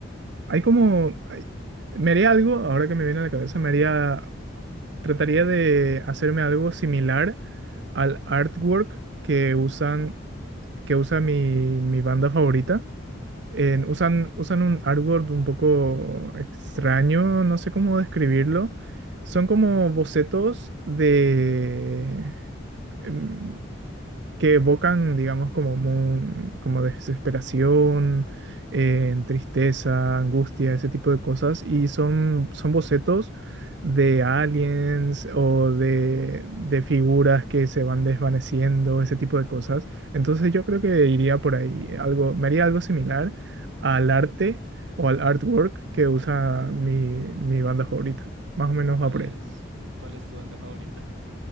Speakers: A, on the right; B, on the right.
A: Hay como... hay- me haría algo, ahora que me viene a la cabeza, me haría... Trataría de hacerme algo similar al artwork que usan, que usa mi, mi banda favorita. eh,
B: Ok.
A: usan, usan un artwork un poco extraño, no sé cómo describirlo. Son como bocetos de... em, que evocan, digamos, como, mu- como desesperación, eh, tristeza, angustia, ese tipo de cosas, y son, son bocetos de aliens o de, de figuras que se van desvaneciendo, ese tipo de cosas. Entonces yo creo que iría por ahí, algo, me haría algo similar al arte o al artwork que usa mi, mi banda favorita. Más o menos
B: ¿Cuál
A: va por
B: es?
A: ahí.
B: ¿Cuál es tu banda favorita?